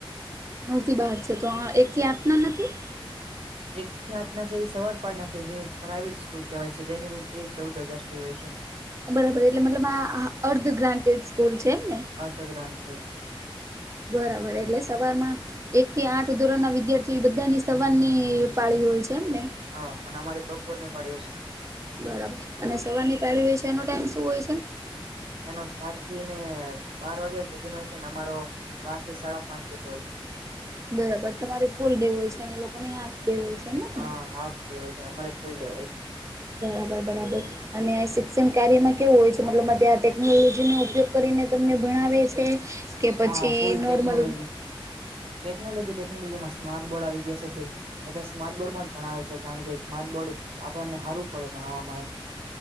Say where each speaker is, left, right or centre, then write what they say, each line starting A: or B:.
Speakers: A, on the right; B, on the right.
A: નવ થી બહાર છે, તો એક થી આપના નથી.
B: એક થી આઠ ના, એ સવારપડના જે પ્રાઈવેટ સ્કૂલ કહેવાય છે, જેની તે ચૌદ હજાર ફી હોય છે.
A: બરાબર, એટલે મતલબ આ અર્ધ ગ્રાન્ટેડ સ્કૂલ છે, એમ ને.
B: ગ્રાન્ટેડ પેઠ
A: બરાબર, એટલે સવારમાં એક થી આઠ ધોરણના વિદ્યાર્થી બધાની સવારની પાળી હોય છે, એમને.
B: હા, અને અમારી બપોર ની પાડીયો હશે.
A: બરાબર, અને સવારની પાડી હોય છે, એનો ટાઈમ શું હોય છે?
B: એનો સાતથી ને બાર વાગ્યા સુધી નો હોય છે ને, અમારો બારથી સાડા પાંચ જેટલો હોય છે.
A: બરાબર, તમારે ફૂલ ડે હોય છે, અને લોકોને હાફ બે હોય છે, એમ. જ
B: હ,
A: ને
B: હાફ ડે હોય છે, અમારે ફૂલ ડે હોય છે.
A: બરાબર, બરાબર. અને શિક્ષણ કાર્યમાં કેવું હોય છે? મતલબ આ ટેકનોલોજી નો ઉપયોગ તમને ભણાવે છે. કે પછી
B: હા ફૂલ
A: નોર્મલી.
B: ટેકનોલોજી ટેકનોલોજી, ટેકનોલોજીમાં સ્માર્ટ બોર્ડ આવી ગયા છે તે. બધા સ્માર્ટ બોર્ડમાં જ ભણાવે છે, કારણ કે સ્માર્ટ બોર્ડ આપણને સારું પડે, ભણાવવામાં એમ.